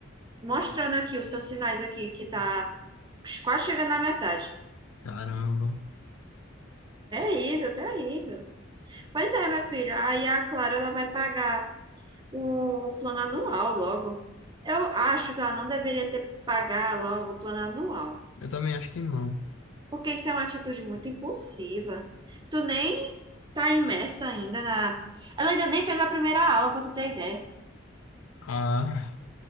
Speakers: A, on the right; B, on the left.
A: mostrando aqui os seus sinais aqui, que tá quase chegando na metade.
B: Caramba.
A: Terrível, terrível. Pois é, minha filha. Aí a Clara ela vai pagar o plano anual logo. Eu acho que ela não deveria ter pagar logo o plano anual,
B: Eu também acho que não.
A: porque isso é uma atitude muito impulsiva. Tu nem tá imersa ainda na. Ela ainda nem fez a primeira aula, pra tu ter ideia.
B: Ah,